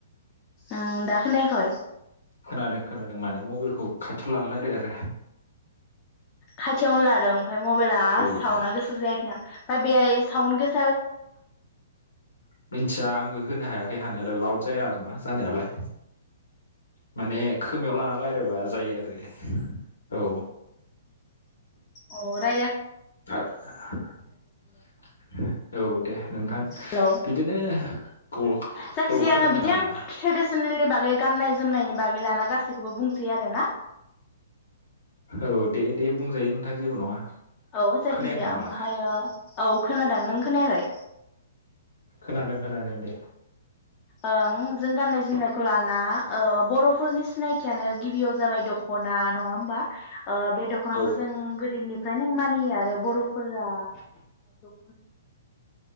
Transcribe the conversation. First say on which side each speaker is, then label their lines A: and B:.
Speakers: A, on the left (about 30°); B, on the left (about 70°).
A: ओं दा खोनायाखै
B: खोनादों खोनादों माने मबाइलखौ खाथियाव लाना लायराय आरो
A: खाथियावनो लादों ओमफ्राय मबाइला
B: औ
A: साउनआ
B: औ
A: गोसा जायाखै नामा ओमफ्राय बेहाय सावन गोस
B: मिथिया आंबो होनो हाया खै हानायालाय लाउड जाया आरोना जानायालाय माने खोमायाव लाना लायरायबा जायो आरो औ
A: अ रायलाय
B: <unintelligible> औ दे नोंथां
A: हेलौ
B: बिदिनो औ
A: जायखिजाया
B: औ खोनायाखै
A: आङो बिदि
B: नामा?
A: आं ट्रेडिसनेलनि बागै गाननाय जोमनायनि बागै <unintelligible> गासिखौबो बुंसै आरोना
B: औ दे दे बुंजायो नोंथां जेबो नङा
A: औ जायखिजाया
B: खोनायाखै नामा
A: ओमफायो औ खोनादों नों खोनायाखै?
B: खोनादों खोनादों दे।
A: ओं जों गाननाय जोमनायखौ लाला ओ बर'फोरनि सिनायथियानो गिबियाव जाबाय दख'ना नङा होमबा ओ बे दख'नाखौ
B: औ
A: जों गोदोनि फ्राय नों मानियो आरो बर' फोरा दख